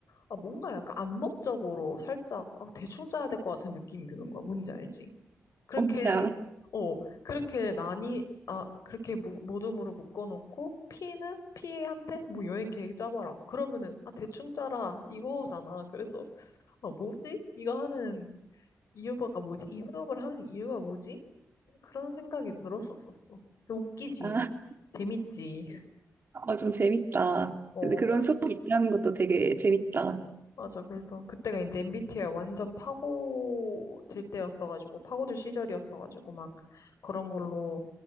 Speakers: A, on the left (about 75°); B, on the right (about 40°).
A: 아, 뭔가 약간 암묵적으로 살짝, 아, 대충 짜야 될 것 같은 느낌이 드는 거야. 뭔지 알지? 그렇게,
B: <laughs> 뭔지 알아?
A: 어, 그렇게 나니, 아, 그렇게 모, 모둠으로 묶어놓고, P는 P한테 뭐 여행 계획 짜봐라. 그러면은, 아, 대충 짜라. 이거잖아. 그래서, 아, 뭐지? 이거 하는 이유가 뭐지? 이 수업을 하는 이유가 뭐지? 그런 생각이 들었었었어. 웃기지.
B: 아,
A: 재밌지.
B: 어, 좀 재밌다.
A: 어,
B: 근데
A: 뭔가.
B: 그런 수업이 있다는 것도 되게 재밌다.
A: 맞아. 그래서 그때가 이제 MBTI 완전 파고들 때였어가지고, 파고들 시절이었어가지고, 막 그런 걸로